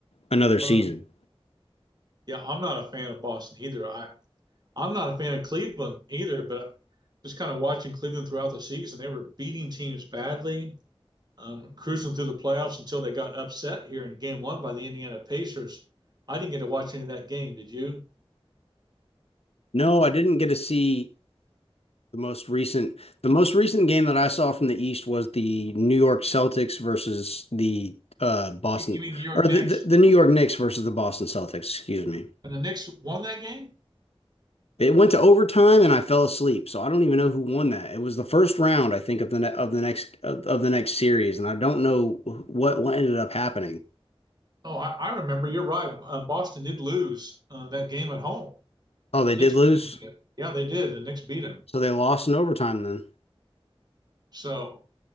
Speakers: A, on the left; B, on the right.
A: another season.
B: Funny. Yeah, I'm not a fan of Boston either. I I'm not a fan of Cleveland either, but just kind of watching Cleveland throughout the season, they were beating teams badly um, cruising through the playoffs until they got upset here in game one by the Indiana Pacers. I didn't get to watch any of that game. Did you?
A: No, I didn't get to see the most recent. The most recent game that I saw from the East was the New York Celtics versus the uh Boston
B: You mean the New York
A: or the,
B: Knicks?
A: the, the New York Knicks versus the Boston Celtics, excuse me.
B: And the Knicks won that game?
A: It went to overtime and I fell asleep, so I don't even know who won that. It was the first round, I think, of the ne of the next of, of the next series, and I don't know what what ended up happening.
B: Oh, I, I remember. You're right. Uh, Boston did lose uh, that game at home.
A: Oh, they
B: The Knicks
A: did
B: beat
A: lose,
B: them. Yeah, they did. The Knicks beat them.
A: so they lost in overtime then.
B: So